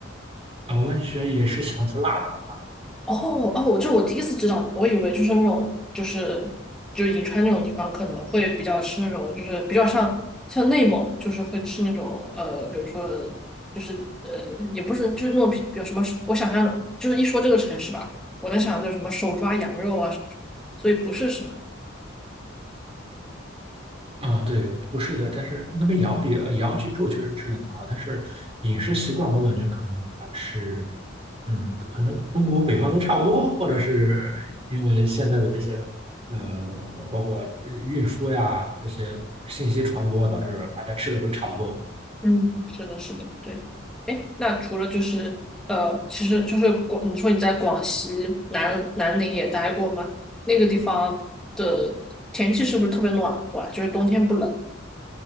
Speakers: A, on the right; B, in the centre.
A: 啊，我感觉也是喜欢吃辣的啊，
B: 哦哦，我这我第一次知道，我以为就是那种就是就是银川那种地方可能会比较吃那种就是比较像像内蒙，就是会吃那种呃，比如说就是呃，也不是就是那种比如什么，我想象的就是一说这个城市吧，我能想到就是什么手抓羊肉啊什么什么，所以不是什么。
A: 嗯对，不是的，但是那边羊比呃羊脊肉确实吃的挺好，但是饮食习惯我感觉可能还是，嗯，可能中国北方都差不多，或者是因为现在的这些呃，包括呃运输呀这些信息传播，导致大家吃的都差不多。
B: 嗯，是的，是的，对。哎，那除了就是呃，其实就是广，你说你在广西南南宁也待过吗？那个地方的天气是不是特别暖和啊？就是冬天不冷？